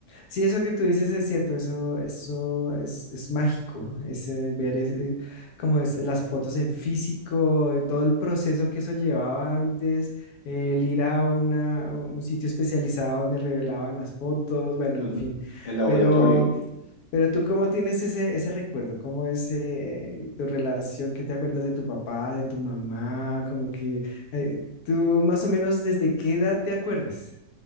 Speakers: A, on the left; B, on the left.
A: Sí, eso que tú dices es cierto, eso, eso es, es mágico, es, eh, ver es, eh, como es, las fotos en físico, eh, todo el proceso que eso llevaba antes, eh, el ir a una, u- un sitio especializado donde revelaban las fotos, bueno,
B: Entonces,
A: en fin.
B: el laboratorio.
A: Pero, pero tú, ¿cómo tienes ese, ese recuerdo? ¿Cómo es eh, tu relación? ¿Qué te acuerdas de tu papá, de tu mamá? Como que eh, tú más o menos desde qué edad te acuerdas?